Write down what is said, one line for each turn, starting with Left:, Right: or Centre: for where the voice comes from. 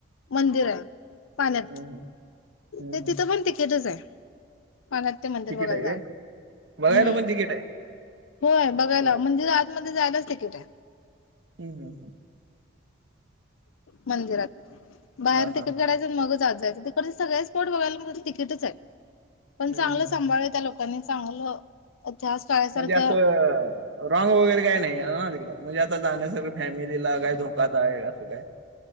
Left: मंदिर आहे पाण्यात
Right: हम्म, हम्म,
Left: ते
Right: हम्म.
Left: तिथं पण तिकीटच आहे पाण्यात ते मंदिर
Right: तिकीट
Left: वगैरे
Right: आहे
Left: जाल
Right: काय? बघायला
Left: हम्म
Right: पण तिकीट आहे?
Left: होय बघायला
Right: बरं.
Left: म्हणजे आतमध्येध्ये जायलाच तिकीट आहे
Right: हम् हम हम
Left: मंदिरात बाहेर
Right: हां, हां,
Left: तिकीट
Right: हां.
Left: काढायचं मगच आज जायचं तर सगळे स्पोट बघायला म्ह तर तिकीटच आहे पण
Right: हम्म,
Left: चांगलं
Right: हम्म.
Left: संांभाळ आहे त्या लोकांनी चांगलं त्या शाळेसारख्या
Right: म्हणजे असं रॉंग वगैरे काही नाही आहे ना तिकड म्हणजे आता जाण्यासं फॅमिलीला काय धोकादा आहे असं काय